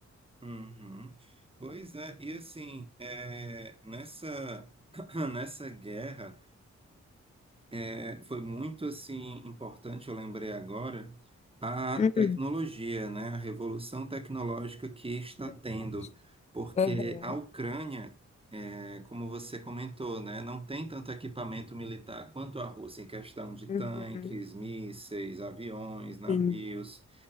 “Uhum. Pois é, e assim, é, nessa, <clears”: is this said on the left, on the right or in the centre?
Right